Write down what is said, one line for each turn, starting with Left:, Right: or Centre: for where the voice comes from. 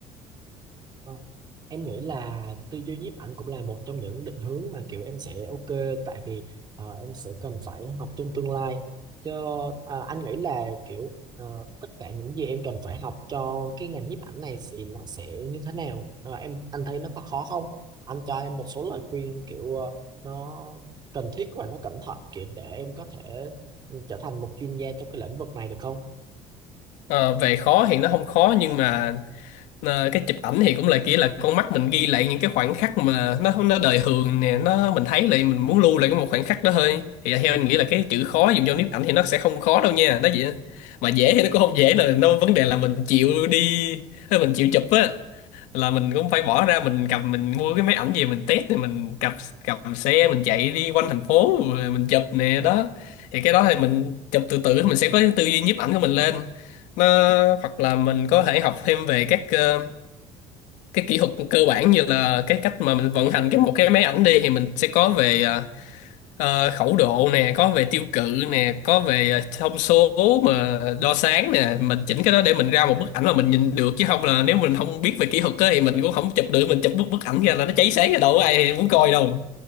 Right: Ờ, Em nghĩ là tư duy nhiếp ảnh cũng là một trong những định hướng mà kiểu em sẽ ok tại vì ờ, em sẽ cần phải học trong tương lai cho ờ, anh nghĩ là kiểu ờ, tất cả những gì em cần phải học cho cái ngành nhiếp ảnh này thì nó sẽ như thế nào Ờ, em anh thấy nó có khó không anh cho em một số lời khuyên kiểu ờ, nó cần thiết và nó cẩn thận kiểu để em có thể ừ, trở thành một chuyên gia trong cái lĩnh vực này được không
Left: Ờ, về khó thì nó không khó nhưng mà Ờ, cái chụp ảnh thì cũng là kiểu là con mắt mình ghi lại những cái khoảnh khắc mà nó nó đời thường nè nó mình thấy lại mình muốn lưu lại cái một khoảnh khắc đó thôi thì theo anh nghĩ là cái chữ khó dùng cho nhiếp ảnh thì nó sẽ không khó đâu nha đó vậy á. mà dễ thì nó cũng không dễ nè nó vấn đề là mình chịu đi hay mình chịu chụp á là mình cũng phải bỏ ra mình cầm mình mua cái máy ảnh gì mình test thì mình cầm cầm xe mình chạy đi quanh thành phố rồi mình chụp nè đó thì cái đó thì mình chụp từ từ mình sẽ có cái tư duy nhiếp ảnh của mình lên nó hoặc là mình có thể học thêm về các ờ, cái kỹ thuật cơ bản như là cái cách mà mình vận hành cái một cái máy ảnh đi thì mình sẽ có về à, à, khẩu độ nè có về tiêu cự nè có về à, thông số mà đo sáng nè mình chỉnh cái đó để mình ra một bức ảnh mà mình nhìn được chứ không là nếu mình không biết về kỹ thuật á thì mình cũng không chụp được mình chụp bức bức ảnh ra là nó cháy sáng ra đâu có ai muốn coi đâu